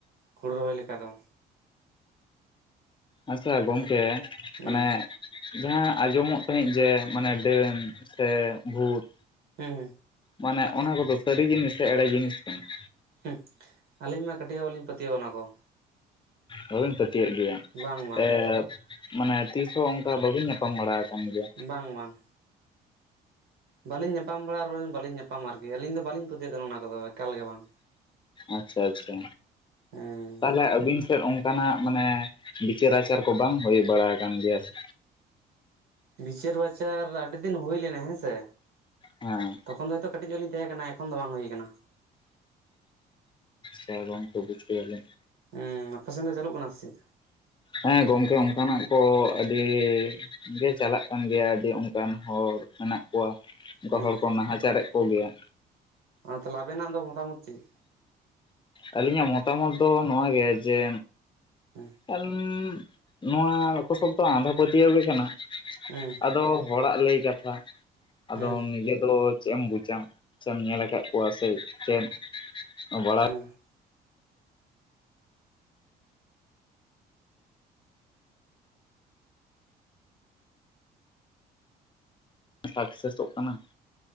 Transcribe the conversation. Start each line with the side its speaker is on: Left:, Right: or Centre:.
Right: ᱦᱩᱲᱩ ᱨᱚᱦᱚᱭ ᱞᱮᱠᱟ ᱫᱚ ᱾
Left: ᱟᱪᱪᱷᱟ ᱜᱚᱢᱠᱮ
Right: ᱦᱮᱸ
Left: ᱢᱟᱱᱮ ᱡᱟᱦᱟᱸ ᱟᱸᱡᱚᱢᱚᱜ ᱛᱟᱦᱮᱸᱫ ᱡᱮ ᱢᱟᱱᱮ ᱰᱟᱹᱱ ᱥᱮ ᱵᱷᱩᱛ
Right: ᱦᱮᱸ
Left: ᱢᱟᱱᱮ ᱚᱱᱟ ᱠᱚᱫᱚ ᱥᱟᱹᱨᱤ ᱡᱤᱱᱤᱥ ᱥᱮ ᱮᱲᱮ ᱡᱤᱱᱤᱥ ᱠᱟᱱᱟ?
Right: ᱦᱩᱸ ᱟᱹᱞᱤᱧ ᱢᱟ ᱠᱟᱹᱴᱤᱡ ᱦᱚᱸᱵᱟᱞᱤᱧ ᱯᱟᱹᱛᱭᱟᱹᱣ ᱚᱱᱟ ᱠᱚ ᱾
Left: ᱵᱟᱹᱵᱤᱱ ᱯᱟᱹᱛᱭᱟᱹᱜ ᱜᱮᱭᱟ,
Right: ᱵᱟᱝ ᱵᱟᱝ
Left: ᱮ ᱢᱟᱱᱮ ᱛᱤᱥ ᱦᱚᱸ ᱚᱱᱠᱟ ᱵᱟᱹᱵᱤᱱ ᱧᱟᱯᱟᱢ ᱵᱟᱲᱟ ᱟᱠᱟᱱ ᱜᱮᱭᱟ᱾
Right: ᱵᱟᱝ ᱵᱟᱝ᱾ ᱵᱟᱹᱞᱤᱧ ᱧᱟᱯᱟᱢ ᱵᱟᱲᱟ ᱟᱨ ᱵᱟᱹᱞᱤᱧ ᱧᱟᱯᱟᱢ ᱟᱨᱠᱤ ᱾ᱟᱹᱞᱤᱧ ᱫᱚ ᱵᱟᱹᱞᱤᱧ ᱯᱟᱹᱛᱭᱟᱹᱣ ᱛᱟᱦᱮ ᱚᱱᱟ ᱠᱚᱫᱚ ᱮᱠᱟᱞ ᱜᱮ ᱵᱟᱝ᱾
Left: ᱟᱪᱪᱷᱟ ᱟᱪᱪᱷᱟ,
Right: ᱦᱮᱸ
Left: ᱛᱟᱦᱞᱮ ᱟᱹᱵᱤᱱ ᱴᱮᱫ ᱚᱝᱼᱼ ᱠᱟᱱᱟᱜ ᱢᱟᱱᱮ, ᱵᱤᱪᱟᱹᱨ ᱟᱪᱟᱨ ᱠᱚ ᱵᱟᱝ ᱦᱩᱭ ᱵᱟᱲᱟ ᱟᱠᱟᱱ ᱜᱮᱭᱟ ᱥᱮᱼᱼ
Right: ᱵᱤᱪᱟᱹᱨ ᱵᱟᱪᱟᱨ ᱟᱹᱰᱤ ᱫᱤᱱ ᱦᱩᱭ ᱞᱮᱱᱟ ᱦᱮᱸᱥᱮ,
Left: ᱦᱮᱸ
Right: ᱛᱚᱠᱷᱚᱱ ᱫᱚ ᱦᱚᱭᱛᱳᱼᱼ ᱠᱟᱹᱴᱤᱡ ᱧᱚᱜ ᱞᱤᱧ ᱛᱟᱦᱮᱸ ᱠᱟᱱᱟ᱾ ᱮᱠᱷᱚᱱ ᱫᱚ ᱵᱟᱝ ᱦᱩᱭ ᱟᱠᱟᱱᱟ᱾
Left: ᱥᱮ ᱜᱚᱝᱠᱮ ᱵᱩᱡ ᱠᱮᱭᱟ ᱞᱮᱧ᱾
Right: ᱩᱸ ᱟᱯᱮ ᱥᱮᱱ ᱫᱚ ᱪᱟᱹᱞᱩᱜ ᱠᱟᱱᱟ ᱥᱮ ᱪᱮᱫ?
Left: ᱦᱮᱸ ᱜᱚᱝᱠᱮ ᱚᱱᱠᱟᱱᱟᱜ ᱠᱚ ᱟᱹᱰᱤᱼᱼ ᱜᱮ ᱪᱟᱞᱟᱜ ᱠᱟᱱ ᱜᱮᱭᱟ, ᱟᱹᱰᱤ ᱚᱱᱠᱟᱱ ᱦᱚᱲ ᱢᱮᱱᱟᱜ ᱠᱚᱣᱟ᱾ ᱚᱱᱠᱟ
Right: ᱦᱮᱸ
Left: ᱦᱚᱲ ᱠᱚ ᱱᱟᱦᱟᱪᱟᱨᱮᱫ ᱠᱚ ᱜᱮᱭᱟ᱾
Right: ᱟᱨ ᱛᱟᱦᱞᱮ ᱟᱵᱮᱱᱟᱜ ᱫᱚ ᱢᱚᱛᱟᱢᱚᱛ ᱪᱮᱜ?
Left: ᱟᱹᱞᱤᱧᱟᱜ ᱢᱚᱛᱟᱢᱚᱛ ᱫᱚ ᱱᱚᱣᱟᱜᱮ ᱡᱮ
Right: ᱦᱮᱸ᱾
Left: <unintelligible> ᱱᱚᱣᱟ ᱠᱚᱥᱚᱞ ᱫᱚ ᱟᱸᱫᱷᱟ ᱯᱟᱹᱛᱭᱟᱹᱣ ᱜᱮ ᱠᱟᱱᱟ᱾
Right: ᱦᱮᱸ
Left: ᱟᱫᱚ ᱦᱚᱲᱟᱜ ᱞᱟᱹᱭ ᱠᱟᱛᱷᱟ ᱟᱫᱚ
Right: ᱦᱮᱸ
Left: ᱱᱤᱡᱮ ᱫᱚ ᱪᱮᱜ ᱮᱢ ᱵᱩᱡᱟ ᱥᱮᱢ ᱧᱮᱞ ᱟᱠᱟᱜ ᱠᱚᱣᱟ ᱥᱮ ᱪᱮᱫ ᱟᱵᱟᱼᱼ
Right: <unintelligible>
Left: ᱥᱟᱠᱥᱮᱥᱚᱜ ᱠᱟᱱᱟ᱾